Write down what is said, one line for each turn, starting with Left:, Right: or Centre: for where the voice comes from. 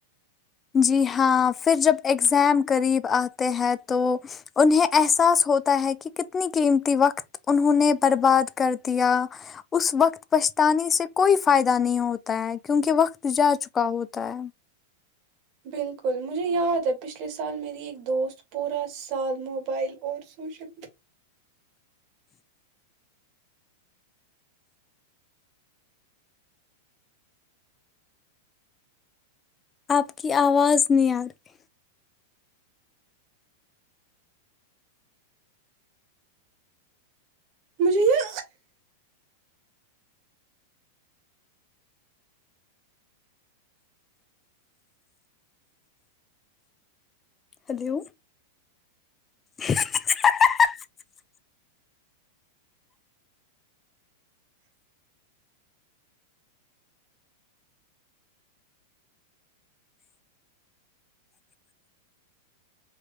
Left: جی ہاں پھر جب ایگزام قریب آتے ہیں تو انہیں احساس ہوتا ہے کہ کتنی قیمتی وقت انہوں نے برباد کر دیا اس وقت پچھتانے سے کوئی فائدہ نہیں ہوتا ہے کیونکہ وقت جا چکا ہوتا ہے
Right: بالکل مجھے یاد ہے پچھلے سال میری ایک دوست پورا سال موبائل اور سوشل
Left: آب کیی آواز نہی ارہی
Right: مجھے یہ
Left: ہیلو ہہ ہہ